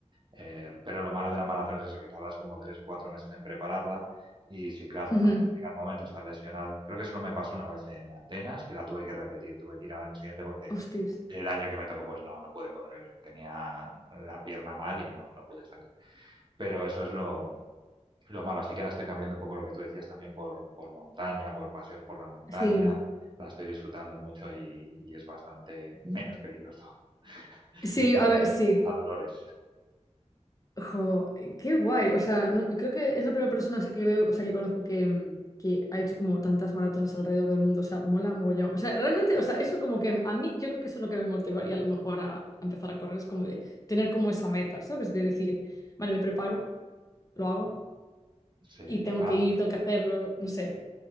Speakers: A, on the right; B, on the left.
A: eh, pero lo malo de la maratón es eso, que tardas como tres o cuatro meses en prepararla y sí, claro,
B: <laughs> Ujú.
A: cuando llega el momento estás lesionado. Creo que solo me pasó una vez en Atenas, que la tuve que repetir, tuve que ir al año siguiente porque
B: Hostis.
A: el año que me tocó, pues no, no pude correr, tenía la pierna mal y no, no pude salir. Pero eso es lo, lo malo. Así que ahora estoy cambiando un poco lo que tú decías también por, por montaña, por paseos por la montaña.
B: Sí.
A: La estoy disfrutando mucho y, y es bastante menos peligroso <laughs>
B: Sí,
A: en cuanto
B: a ver,
A: a,
B: sí.
A: a dolores.
B: Jo, qué guay. O sea, no- creo que es la primera persona así que veo, o sea, que conozco que, mm, que ha hecho como tantas maratones alrededor del mundo. O sea, mola mogollón. O sea, realmente, o sea, eso como que a mí, yo creo que eso es lo que me motivaría a lo mejor a, a empezar a correr, es como de tener como esa meta, ¿sabes? De decir, vale, me preparo, lo hago
A: Sí,
B: y tengo
A: ahora,
B: que ir, tengo que hacerlo, no sé.